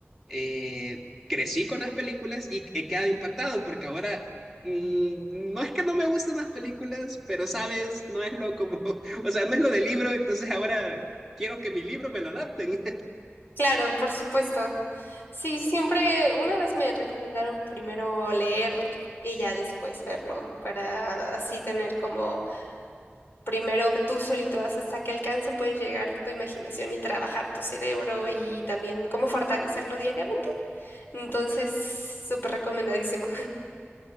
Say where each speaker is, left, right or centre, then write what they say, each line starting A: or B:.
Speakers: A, in the centre; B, on the left.
A: eh, crecí con las películas y he quedado impactado porque ahora... mm, No es que no me gustan las películas, pero sabes, no es lo como, <laughs> o sea, no es lo del libro, entonces ahora quiero que mi libro me lo adapten.
B: Claro, por supuesto. Sí, siempre, una vez me recomendaron primero leer y ya después verlo, para así tener como primero tú solito hasta qué alcance puedes llegar tu imaginación y trabajar tu cerebro y también cómo fortalecerlo diariamente. Entonces, súper recomendadísimo.